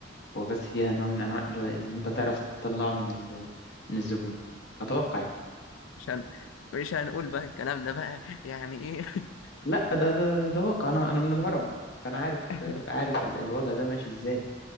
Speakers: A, on the left; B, on the left.
A: هو بس فيها نوع من أنواع اللي هو اللي أنت تعرف تطلعه من ال... من الزبون أتوقع يعني
B: مش هن... مش هنقول بقى الكلام ده بقى يعني إيه
A: فلا ده ده ده واقع أنا أنا من الهرم فأنا عارف
B: <laughs>
A: عارف ال- الوضع ده ماشي إزاي